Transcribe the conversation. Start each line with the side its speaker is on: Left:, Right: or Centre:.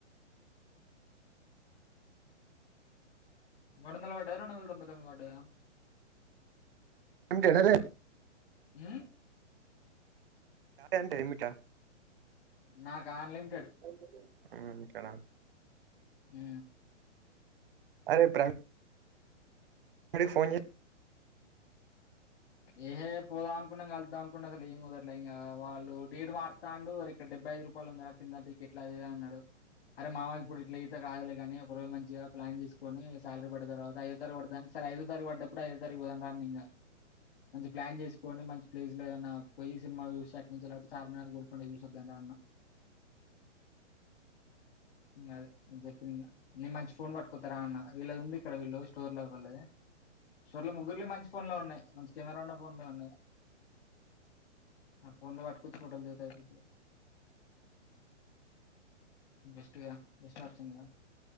Right: అంది
Left: <unintelligible>
Right: ఎంటే <unintelligible>
Left: ఉ
Right: డే అంటే ఏమిట
Left: నాకన్లిం
Right: <unintelligible>
Left: హు
Right: <inaudible> ఫోన్
Left: ఏహే పోదాం అనుకున్నాం కలుద్దాం అనుకున్నా అసలు ఏం కుదరలే ఇంకా వాళ్ళు డీడ్ మారుతాండు ఇక్కడబ్బు ఐదు రూపాయలు ఉందిరా కింద టిక్కెట్ అది ఇది అన్నాడు అరే మామ ఇప్పుడు ఇట్లా ఈత కాదులే కానీ ఒక రోజు మంచిగా ప్లాన్ చేసుకుని శాలరీ పడ్డ తర్వాత ఐదో తారీఖు పడుతుది అంటే సరే ఐదో తారీఖు పడ్డప్పుడు ఐదో తారీఖు పోదాం రా అన్నా ఇంక మంచి ప్లాన్ చేసుకొని మంచి ప్లేస్ లో ఏమన్న పోయి సినిమా చూసి అటి నుంచి అలా చార్మినారు గోల్కొండ చూసొద్దాం రా అన్న అదే చెప్పిన నేను మంచి ఫోన్ పట్టుకోత్తరా అన్న వీళ్ళది ఉంది ఇక్కడ వీళ్ళు స్టోర్ లో ఒకళ్ళది స్టోర్ లో ముగ్గురులో మంచి ఫోన్లే ఉన్నాయి <unintelligible> ఆ ఫోన్లు వట్కొచ్చి ఫోటోలు దిగుతాది కీర్తి బెస్ట్ గా బెస్ట్ ఆప్షన్ గా